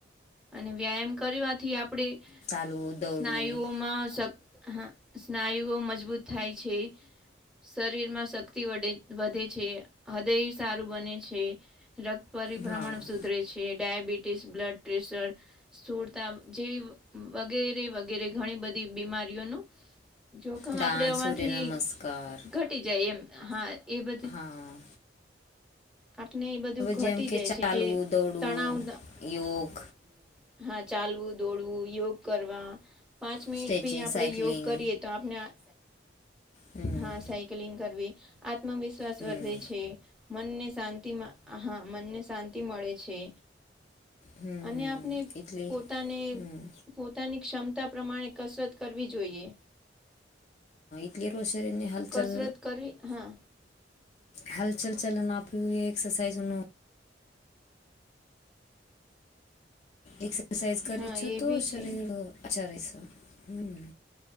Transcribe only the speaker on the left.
ચાલવું દોડવું
હા
ડાન્સ
સૂર્ય નમસ્કાર
હા.
જેમ કે
ચાલવું
દોડવું
યોગ
સ્ટ્રેચિંગ
સાયકલિંગ
હમ
હમ
હમ
એટલે
હમ
<unintelligible> શરીરની હાલચલ
હલચલ ચલન આપ્યું એ એક્સરસાઇઝનું એક્સરસાઇઝ કરી
છું
તો
શરીર
અચ્છા રહેશો હમ્મ.